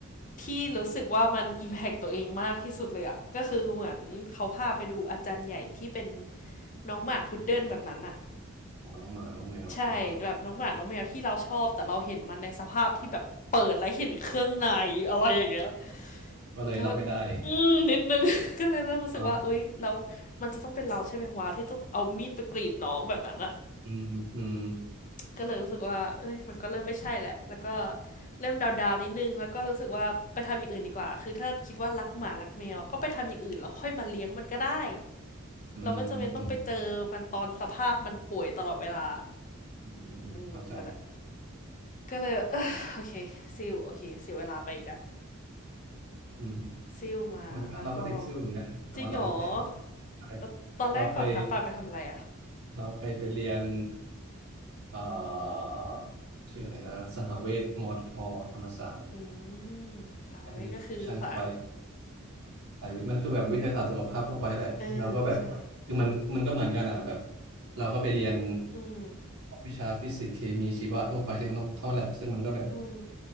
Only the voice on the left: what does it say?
พี่รู้สึกว่ามันอิมแพกตัวเองมากที่สุดเลยอะก็คือเหมือนเขาพาไปดูอาจารย์ใหญ่ที่เป็น น้องหมาพุดเดิ้ลแบบนั้นอะ
ใช่แบบน้องหมาน้องแมวที่เราชอบแต่เราเห็นมันในสภาพที่แบบเปิดแล้วเห็นเครื่องในอะไรอย่างเงี้ย
ก็อืมนิดนึง <laughs> ก็เลยเริ่มรู้สึกว่าอุ้ยแล้วมันจะต้องเป็นเราใช่ไหมวะที่ต้องเอามีดไปกรีดน้องแบบนั้นอะ
ก็เลยรู้สึกว่าเอ้ยมันก็เริ่มไม่ใช่แหละแล้วก็เริ่มดาวๆนิดนึงแล้วก็รู้สึกว่าไปทำอย่างอื่นดีกว่าคือถ้าคิดว่ารักหมารักแมวก็ไปทำอย่างอื่นแล้วค่อยมาเลี้ยงมันก็ได้
เราไม่จำเป็นต้องไปเจอมันตอนสภาพมันป่วยตลอดเวลา
อืมนั่นแหละ ก็เลยเออ <sighs> โอเคซิลโอเคเสียเวลาไปอีกอะ
ซิลมาแล้วก็
จริงเหรอ
แล้วตอนแรกก่อนทับปลาไปทำอะไรอะ
อืมฟลาเวก็คือใส
เออใช่
อืม
อืม